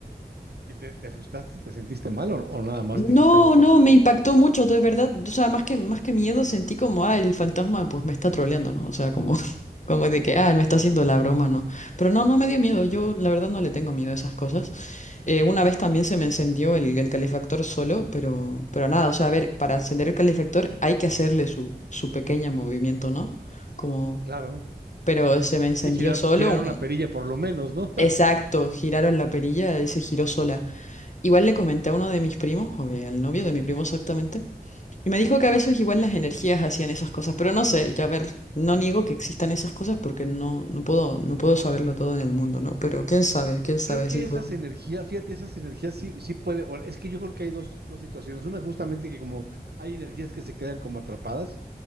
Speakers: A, on the right (about 80°); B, on the left (about 45°).
A: ¿Y te, te asustaste, te sentiste mal o, o nada más
B: No,
A: dijiste algo pasó?
B: no, me impactó mucho, de verdad. O sea, más que, más que miedo sentí como, ah, el fantasma pues me está troleando, ¿no? O sea, como, <laughs> como de que, ah, me
A: Ajá,
B: está haciendo la broma, ¿no? Pero no, no me dio miedo. Yo la verdad no le tengo miedo a esas cosas. Eh, una vez también se me encendió el, el calefactor solo, pero, pero nada, o sea, a ver, para encender el calefactor hay que hacerle su, su pequeño movimiento, ¿no? Como,
A: claro.
B: pero se me encendió
A: Sí, girar,
B: solo.
A: girar
B: un-
A: una perilla por lo menos, ¿no?
B: Exacto, giraron la perilla y se giró sola. Igual le comenté a uno de mis primos, o eh, al novio de mi primo exactamente. Y
A: <laughs>
B: me dijo que
A: Ujú.
B: a veces igual las energías hacían esas cosas, pero no sé, ya a ver, no niego que existan esas cosas porque no, no puedo, no puedo saberlo todo en el mundo, ¿no? Pero quién sabe, quién
A: Yo
B: sabe
A: creo que
B: si
A: esas
B: fue.
A: energías, fíjate, esas energías sí, sí puede, bueno, es que yo creo que hay dos, dos situaciones. Una justamente que como hay energías que se quedan como atrapadas,